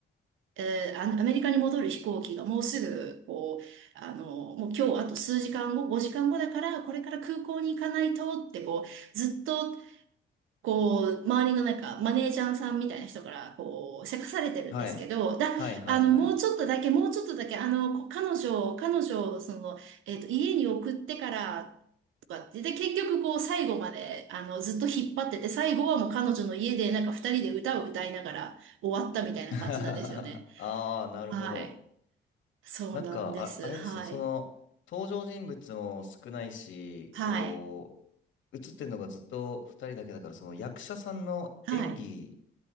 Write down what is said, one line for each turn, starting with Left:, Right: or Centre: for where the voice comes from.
Right: えーあアメリカに戻る飛行機がもうすぐ、こう、あの、もう今日あと数時間後、5時間後だから、これから空港に行かないとって、こう、ずっと、こう、周りのなんか、マネージャーさんみたいな人から、こう、せかされてるんですけど、
Left: はい。
Right: だ、
Left: はいはいはい。
Right: あの、もうちょっとだけ、もうちょっとだけ、あの、こ彼女を、彼女を、その、えっと、家に送ってから、とかってで、結局こう最後まであのずっと引っ張ってて、最後はもう彼女の家でなんか二人で歌を歌いながら終わったみたいな感じなんですよね。
Left: <laughs> ああ、なるほど。
Right: はい。そうなんです。
Left: なんか、あ、あれですね、
Right: はい。
Left: その、登場人物も少ないし、
Right: はい。
Left: こう、映ってんのがずっと二人だけだから、その役者さんの演技
Right: はい。